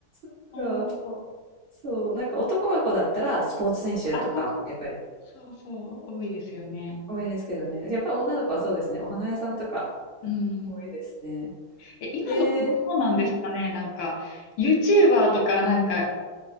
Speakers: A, on the right; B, on the left.
A: なんか、
B: ほんと。
A: そう、なんか男の子だったらスポーツ選手とか、
B: あ、
A: やっぱり
B: そうそう、多いですよね。
A: 多いですけどね。やっぱり女の子はそうですね、お花屋さんとか
B: うん。
A: 多いですね。
B: え、今の子もそうなんですかね、
A: えー、うん、
B: なんか、YouTuber とかなんか